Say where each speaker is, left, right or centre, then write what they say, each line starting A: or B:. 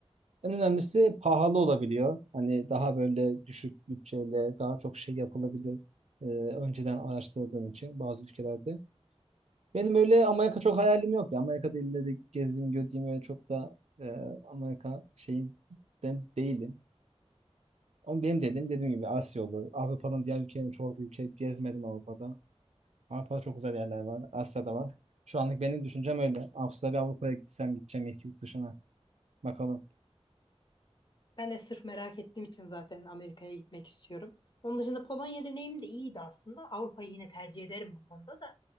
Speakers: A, on the right (about 75°); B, on the left (about 45°).
A: en önemlisi pahalı olabiliyor. Hani daha böyle düşük bütçeyle daha çok şey yapılabilir. e, önceden araştırdığın için bazı ülkelerde. Benim öyle Amerika çok hayalim yok ya. Amerika'da ille de gezdiğim, gördüğüm öyle çok da e, Amerika şeyi de değilim. Ama benim dedim dediğim gibi Asya olur. Avrupa'nın diğer ülkelerini çok ülke gezmedim Avrupa'da. Avrupa'da çok güzel yerler var. Asya'da var. Şu anlık benim düşüncem öyle. Avustralya Avrupa'ya gitsem gideceğim ilk yurt dışına. Bakalım.
B: Ben de sırf merak ettiğim için zaten Amerika'ya gitmek istiyorum. Onun dışında Polonya deneyimim de iyiydi aslında. Avrupa'yı yine tercih ederim bu konuda da.